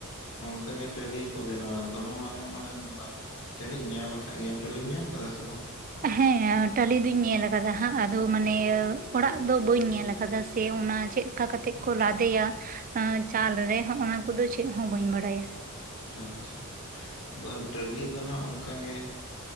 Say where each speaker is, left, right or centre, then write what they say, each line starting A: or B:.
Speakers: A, on the left; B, on the right.
A: ᱚᱱᱠᱟ ᱜᱮ ᱴᱟᱞᱤ ᱠᱚ ᱵᱮᱱᱟᱣ-ᱟ ᱫᱚᱢᱮ ᱢᱟᱨᱟᱝ ᱢᱟᱨᱟᱝ ᱫᱚ ᱵᱟᱝ ᱦᱮᱸ᱾ ᱡᱟᱹᱱᱤᱡ ᱧᱮᱞ ᱟᱠᱟᱜ ᱜᱮᱭᱢ, ᱴᱟᱹᱞᱤᱢ ᱧᱮᱞ ᱟᱠᱟᱫᱟ ᱥᱮ ᱵᱟᱝ?
B: ᱦᱮᱸ ᱴᱟᱹᱞᱤ ᱫᱩᱧ ᱧᱮᱞ ᱟᱠᱟᱫᱟ ᱦᱟᱸᱜ ᱟᱫᱚ ᱢᱟᱱᱮ ᱚᱲᱟᱜ ᱫᱚ ᱵᱟᱹᱧ ᱧᱮᱞ ᱟᱠᱟᱫᱟ ᱥᱮ ᱚᱱᱟ ᱪᱮᱫ ᱠᱟᱛᱮᱫ
A: ᱦᱩᱸ,
B: ᱠᱚ ᱞᱟᱫᱮᱭᱟ ᱪᱟᱞ ᱨᱮ ᱦᱚᱸ-ᱱᱟ ᱠᱚᱫᱚ ᱪᱮᱫ ᱦᱚᱸ ᱵᱟᱹᱧ ᱵᱟᱲᱟᱭᱟ
A: ᱟᱪᱪᱷᱟ ᱟᱫᱚ ᱴᱟᱹᱞᱤ ᱫᱚ ᱱᱟᱜ ᱚᱱᱠᱟ ᱜᱮ